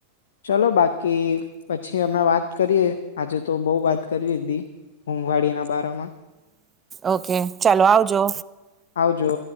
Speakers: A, on the left; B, on the right.
A: ચલો બા કી, પછી હમણાં વાત કરીએ. આજે તો બો વાત કરી લીધી મોંઘવાડીના બારામાં.
B: ઓકે! ચાલો આવજો.
A: આવજો.